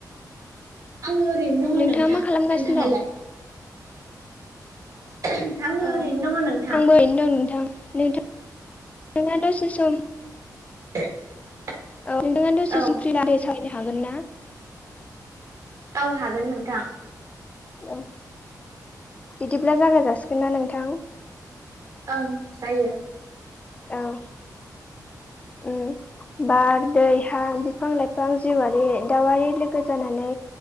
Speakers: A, on the right; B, on the left.
A: आङो ओरैनो दङ
B: नोंथाङा
A: नोंथां
B: मा खालामगासिनो
A: नोंथाङालाय
B: दं
A: <inaudible>
B: अ
A: ओरैनो दङ नोंथां
B: आंबो ओरैनो दं नोंथां नोंथां नोंथाङा दसे सम
A: <unintelligible>
B: औ नोंथाङा दसे
A: औ
B: सफ फ्रि फ्रि बा सावरायनो हागोनना
A: औ हागोन नोंथां
B: औ बिदिब्ला जागा जासिगोनना नोंथां
A: ओं जायो
B: औ उम बार दै हा बिफां लाइफां जिउआरि दाउआरि लोगो जानानै